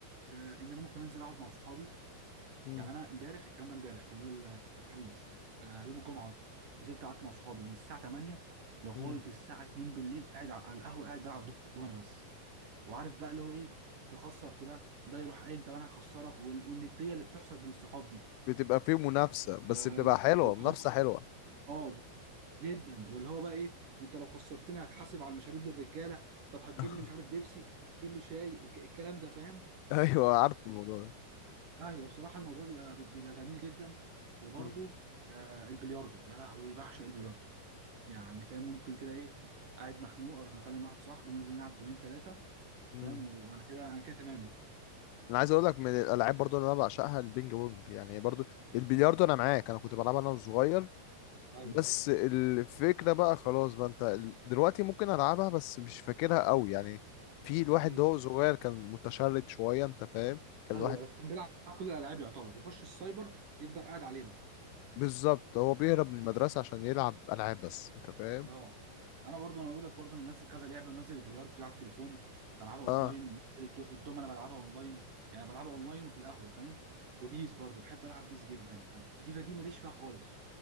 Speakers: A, on the right (about 45°); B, on the left (about 90°).
A: آه، ان انا ممكن انزل اقعد مع صحابي
B: امم
A: يعني انا امبارح الكلام ده امبارح كان يوم ال- الخميس آه، يوم الجمعه قصدي نزلت قعدت مع صحابي من الساعه 8 لغايه
B: امم
A: الساعه 2 بالليل قاعد على على القهوه قاعد بلعب دومنه بس وعارف بقى اللي هو ايه تخسر في ده ده يروح قايم طب انا هخسرك وال- والنديه اللي بتحصل بين الصحاب دي
B: بتبقى فيه منافسة بس
A: آه،
B: بتبقى حلوة
A: واللي
B: منافسة
A: هو مثلا
B: حلوة
A: اه جدا واللي هو بقى ايه انت لو خسرتني هتحاسب على المشاريب للرجاله طب هتجيب
B: <laughs>
A: لي مش عارف بيبسي هتجيب لي شاي الك- الكلام ده فاهم
B: ايوه عارف الموضوع ده
A: ايوه بصراحه الموضوع بيبقى بيبقى جميل جدا وبرده
B: مم.
A: آه البلياردو يا لهوي بعشق البلياردو يعني فاهم ممكن كده ايه قاعد مخنوق اروح مكلم واحد صاحبي ننزل نلعب جيمين ثلاثه
B: مم.
A: فاهم وانا كده انا كده تمام بقى
B: انا عايز اقول لك من الالعاب برضو اللي انا بعشقها البينج بونج يعني برضو البلياردو انا معاك انا كنت بلعبها انا وصغير
A: ايوه
B: بس
A: ايوه
B: الفكره بقى خلاص بقى انت ال- دلوقتي ممكن العبها بس مش فاكرها قوي يعني في الواحد
A: امم
B: ده هو صغير كان متشرد شويه انت فاهم كان
A: ايوه
B: الواحد
A: كان بيلعب كل الالعاب يعتبر يخش السايبر يفضل قاعد عليه بقى
B: بالظبط هو بيهرب من المدرسه عشان يلعب العاب بس انت فاهم
A: اه انا برضو انا بقول لك برضو انا منزل كذا لعبه منزل البلياردو دي على التليفون بلعبها اونلاين
B: اه
A: ومنزل الد- الدومنه بلعبها اونلاين يعني بلعبها اونلاين وفي القهوه فاهم وبيس برضو بحب العب بيس جدا فيفا دي ماليش فيها خالص